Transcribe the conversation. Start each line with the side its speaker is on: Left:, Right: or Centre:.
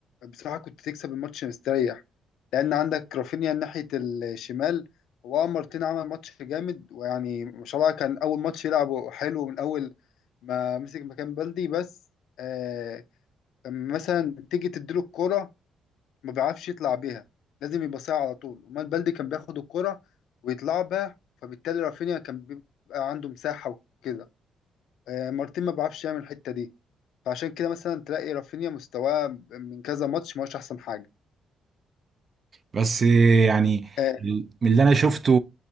Left: بصراحة كنت تكسب الماتش مستريح لأن عندك رافينيا ناحية الشمال هو مارتين عمل ماتش جامد ويعني ما شاء الله كان أول ماتش يلعبه حلو من أول ما مسك مكان بلدي بس آه لما مثلا تيجي تديله الكرة ما بيعرفش يطلع بيها لازم يبقى ساعة على طول أمال بلدي كان بياخد الكرة ويطلع بها فبالتالي رافينيا كان بيبقى عنده مساحة وكده آه، مارتين ما بيعرفش يعمل الحته دي فعشان كده مثلا تلاقي رافينيا مستواه من كذا ماتش ما هوش احسن حاجه
Right: بس يعني
Left: آه،
Right: من اللي انا شفته